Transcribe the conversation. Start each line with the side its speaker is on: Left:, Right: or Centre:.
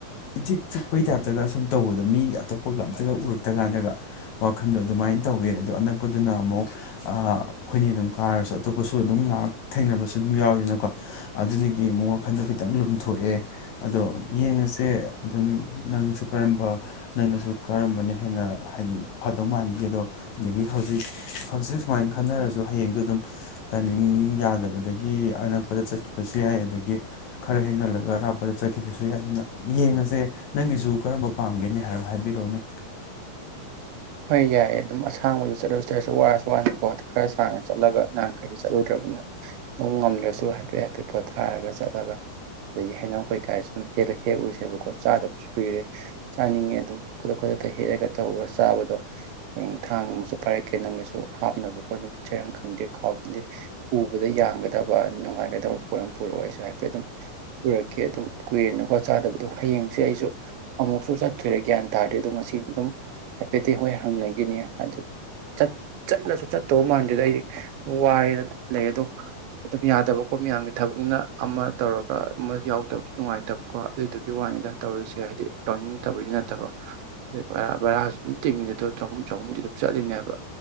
Left: ꯏꯆꯤꯛ ꯆꯤꯛꯄꯒꯤ ꯇꯥꯏꯞꯇꯒ ꯁꯨꯝ ꯇꯧꯕꯗꯣ ꯃꯤ ꯑꯇꯣꯞꯄꯒ ꯑꯝꯇꯒ ꯎꯔꯛꯇꯀꯥꯟꯗꯒ ꯋꯥꯈꯟꯗꯣ ꯑꯗꯨꯃꯥꯏꯅ ꯇꯧꯋꯦ ꯑꯗꯣ ꯑꯅꯛꯄꯗꯨꯅ ꯑꯃꯨꯛ ꯑꯩꯈꯣꯏꯅꯤ ꯑꯗꯨꯝ ꯀꯥꯔꯁꯨ ꯑꯇꯣꯞꯄꯁꯨ ꯑꯗꯨꯝ ꯉꯥꯏꯍꯥꯛ ꯊꯦꯡꯅꯕꯁꯨ ꯑꯗꯨꯝ ꯌꯥꯎꯋꯤꯗꯅꯀꯣ ꯑꯗꯨꯅ꯫ ꯒꯤ ꯑꯃꯛ ꯋꯥꯈꯟꯗꯣ ꯈꯤꯇꯪ ꯂꯨꯝꯊꯣꯛꯑꯦ ꯑꯗꯣ ꯌꯦꯡꯉꯁꯦ ꯑꯗꯨꯝ ꯅꯪꯁꯨ ꯀꯔꯝꯕ ꯅꯪꯅꯁꯨ ꯀꯔꯝꯕꯅ ꯍꯦꯟꯅ ꯍꯥꯏꯗꯤ ꯐꯗꯧ ꯃꯥꯟꯈꯤ ꯑꯗꯣ ꯑꯗꯒꯤ ꯍꯧꯖꯤꯛ ꯍꯧꯖꯤꯛ ꯁꯨꯃꯥꯏꯅ ꯈꯟꯅꯔꯁꯨ ꯍꯌꯦꯡꯗꯣ ꯑꯗꯨꯝ ꯇꯥꯏꯃꯤꯡ ꯌꯥꯗꯕꯗꯒꯤ ꯑꯅꯛꯄꯗ ꯆꯠꯈꯤꯕꯁꯨ ꯌꯥꯏ ꯑꯣ꯫ ꯑꯗꯒꯤ ꯈꯔ ꯍꯦꯟꯒꯠꯂꯒ ꯑꯔꯥꯞꯄꯗ ꯆꯠꯈꯤꯕꯁꯨ ꯌꯥꯏ ꯑꯗꯨꯅ ꯌꯦꯡꯉꯁꯦ ꯅꯪꯒꯤꯁꯨ ꯀꯔꯝꯕ ꯄꯥꯝꯒꯦꯅꯤ ꯍꯥꯏꯕ ꯍꯥꯏꯕꯤꯔꯛꯑꯣꯅꯦ꯫
Right: ꯍꯣꯏ ꯌꯥꯏꯌꯦ ꯑꯗꯨꯝ ꯑꯁꯥꯡꯕꯗ ꯆꯠꯂꯨꯁꯤꯗꯔꯁꯨ ꯋꯥꯔꯁꯨ ꯋꯥꯅꯀꯣ ꯈꯔ ꯁꯥꯡꯅ ꯆꯠꯂꯒ ꯅꯍꯥꯟꯈꯩꯗ ꯆꯠꯂꯨꯗ꯭ꯔꯕꯅꯤꯅ ꯑꯗꯨꯝ ꯉꯝꯗ꯭ꯔꯁꯨ ꯍꯥꯏꯐꯦꯠ ꯍꯥꯏꯐꯦꯠ ꯄꯣꯠꯊꯥꯔꯒ ꯆꯠꯂꯒ꯫ ꯑꯗꯒꯤ ꯍꯩꯅꯧ ꯀꯩꯀꯥꯁꯨ ꯑꯗꯨꯝ ꯍꯦꯛꯂ ꯍꯦꯛ ꯎꯁꯦꯕꯀꯣ ꯆꯥꯗꯕꯁꯨ ꯀꯨꯏꯔꯦ꯫ ꯆꯥꯅꯤꯡꯉꯦ ꯑꯗꯨꯅ ꯈꯨꯗꯛ ꯈꯨꯗꯛꯇ ꯍꯦꯛꯂꯒ ꯇꯔ ꯆꯥꯕ ꯑꯗꯣ ꯍꯌꯦꯡ ꯊꯥꯡꯅꯁꯨ ꯐꯥꯏꯔꯛꯀꯦ ꯅꯪꯅꯁꯨ ꯍꯥꯞꯅꯕꯀꯣ ꯑꯗꯨꯝ ꯆꯩꯦꯔꯪ ꯈꯪꯗꯦ ꯈꯥꯎ ꯈꯪꯗꯦ ꯄꯨꯕꯗ ꯌꯥꯡꯒꯗꯕ ꯅꯨꯡꯉꯥꯏꯒꯗꯕ ꯄꯣꯠ ꯑꯃ ꯄꯨꯔꯛꯑꯣ ꯑꯩꯁꯨ ꯍꯥꯏꯐꯦꯠ ꯑꯗꯨꯝ ꯄꯨꯔꯛꯀꯦ ꯑꯗꯨꯝ ꯀꯨꯏꯔꯅꯀꯣ ꯆꯥꯗꯕꯗꯣ ꯍꯌꯦꯡꯁꯦ ꯑꯩꯁꯨ ꯑꯃꯨꯛꯁꯨ ꯆꯠꯇꯣꯏꯔꯦ ꯒ꯭ꯌꯥꯟ ꯇꯥꯗ꯭ꯔꯦ ꯑꯗꯣ ꯉꯁꯤ ꯑꯗꯨꯝ꯫ ꯍꯥꯏꯐꯦꯠꯇꯤ ꯍꯣꯏ ꯍꯪꯅꯒꯤꯅꯤ ꯍꯥꯏꯗ ꯆꯠꯂꯁꯨ ꯆꯠꯇꯧ ꯃꯥꯟꯗꯦꯗ ꯑꯩꯗꯤ ꯋꯥꯔꯦꯅ ꯂꯩ ꯑꯗꯣ ꯑꯗꯨꯝ ꯌꯥꯗꯕꯀꯣ ꯃꯤꯌꯥꯝꯒꯤ ꯊꯕꯛꯅꯤꯅ ꯑꯃ ꯇꯧꯔꯒ ꯑꯃ ꯌꯥꯎꯗꯕꯁꯨ ꯅꯨꯡꯉꯥꯏꯇꯕꯀꯣ ꯑꯗꯨꯗꯨꯒꯤ ꯋꯥꯅꯤꯗ ꯇꯧꯔꯤꯁꯦ ꯍꯥꯏꯗꯤ꯫ ꯇꯧꯅꯤꯡ ꯇꯕꯒꯤ ꯅꯠꯇꯕ ꯑꯗꯩ ꯕꯔꯥ ꯕꯔꯥꯁꯨ ꯑꯗꯨꯝ꯫ ꯇꯤꯡꯉꯤꯗꯣ ꯗꯣ ꯆꯍꯨꯝ ꯆꯍꯨꯝꯗꯤ ꯑꯗꯨꯝ ꯆꯠꯂꯤꯅꯦꯕ